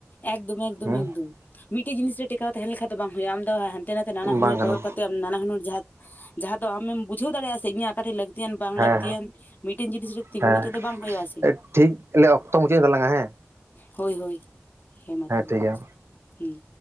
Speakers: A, on the left (about 40°); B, on the right (about 65°).
A: ᱮᱠᱫᱚᱢ ᱮᱠᱫᱚᱢ
B: ᱦᱩᱸ
A: ᱮᱠᱫᱚᱢ ᱢᱤᱫᱴᱤ ᱡᱤᱱᱤᱥ ᱨᱮ ᱴᱮᱠᱟᱣ ᱛᱟᱦᱮᱱᱠᱷᱟᱱ ᱫᱚ ᱵᱟᱝ ᱦᱳᱭᱼᱟ, ᱟᱢ ᱫᱚ ᱦᱟᱱᱛᱮ ᱱᱟᱱᱛᱮ ᱱᱟᱱᱟᱦᱩᱱᱟᱹᱨ
B: ᱦᱩᱸ ᱵᱟᱝ ᱠᱟᱱᱟ
A: ᱠᱚᱭᱚᱜ ᱠᱟᱛᱮ ᱱᱟᱱᱟ ᱦᱩᱹᱱᱚᱨ ᱡᱟᱦᱟᱸ ᱡᱟᱦᱟᱸ ᱫᱚ ᱟᱢᱮᱢ ᱵᱩᱡᱟᱹᱣ ᱫᱟᱲᱮᱭᱟᱜᱼᱟ ᱥᱮ ᱤᱧᱟᱹᱜ ᱟᱠᱟᱴᱷᱮ ᱞᱟᱠᱛᱤ ᱞᱟᱹᱠᱛᱤᱭᱟᱱ ᱵᱟᱝ
B: ᱦᱮᱸ
A: ᱞᱟᱹᱠᱛᱤᱭᱟᱱ ᱢᱤᱫᱴᱮᱱ ᱡᱤᱱᱤᱥ ᱨᱮ
B: ᱦᱮᱸ
A: ᱛᱤᱸᱜᱩ ᱠᱟᱛᱮᱜ ᱫᱚ ᱵᱟᱝ ᱦᱩᱭᱩᱜ ᱟᱥᱮ
B: ᱦᱮᱸ ᱴᱷᱤᱠ ᱞᱮ ᱚᱠᱛᱚ ᱢᱩᱪᱟᱹᱫ ᱮᱱ ᱛᱟᱞᱟᱝᱟ ᱦᱮᱸ
A: ᱦᱳᱭ ᱦᱳᱭ ᱦᱮᱸ ᱢᱟ ᱛᱚᱵᱮ
B: ᱴᱷᱤᱠ ᱜᱮᱭᱟ
A: ᱦᱮᱸ